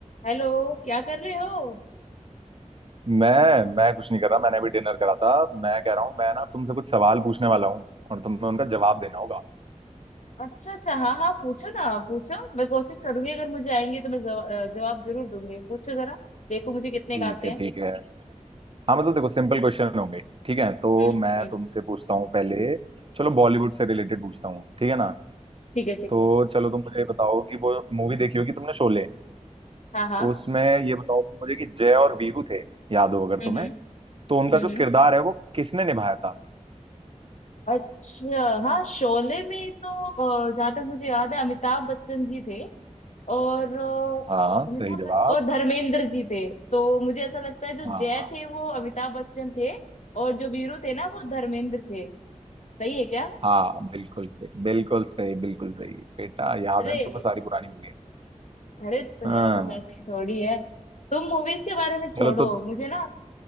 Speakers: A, on the left; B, on the right.
A: Hello क्या कर रहे हो
B: मैं मैं कुछ नहीं कर रहा मैंने अभी डिनर करा था मैं कह रहा हूँ मैं ना तुमसे कुछ सवाल पूछने वाला हूँ और तुम्हें उनका जवाब देना होगा
A: अच्छा अच्छा हाँ हाँ पूछो ना पूछो मैं कोशिश करूंगी अगर मुझे आएंगे तो मैं जवा- अ, जवाब जरूर दूंगी पूछो जरा देखो मुझे कितने
B: ठीक
A: का आते
B: है
A: हैं
B: ठीक ठीक है है हाँ मतलब देखो सिंपल क्वेश्चन होंगे ठीक है तो
A: हम्म
B: मैं
A: हम्म
B: तुमसे पूछता हूँ पहले चलो बॉलीवुड से रिलेटेड पूछता हूँ ठीक है ना
A: ठीक है ठीक
B: तो
A: है
B: चलो तुम मुझे ये बताओ कि वो मूवी देखी होगी तुमने शोले
A: हाँ हाँ
B: उसमें ये बताओ तुम मुझे कि जय और वीरू थे याद हो अगर
A: हम्म
B: तुम्हें
A: हम्म
B: तो उनका
A: हम्म
B: जो
A: हम्म।
B: किरदार है वो किसने निभाया था
A: अच्छा हाँ शोले में तो अ, जहाँ तक मुझे याद है अमिताभ बच्चन जी थे और अ,
B: हाँ
A: अमिताभ
B: सही जवाब
A: बच्चन और धर्मेंद्र जी थे तो मुझे ऐसा लगता है जो
B: हाँ
A: जय थे वो अमिताभ बच्चन थे और जो वीरू थे ना वो धर्मेंद्र थे सही है क्या
B: हाँ बिल्कुल सही बिल्कुल सही बिल्कुल सही बेटा याद
A: अरे
B: है तुम्हें सारी पुरानी मूवीज
A: अरे तो
B: हाँ
A: यार हम ऐसी थोड़ी है तुम मूवीज के बारे में छोड़ो
B: चलो तो
A: मुझे ना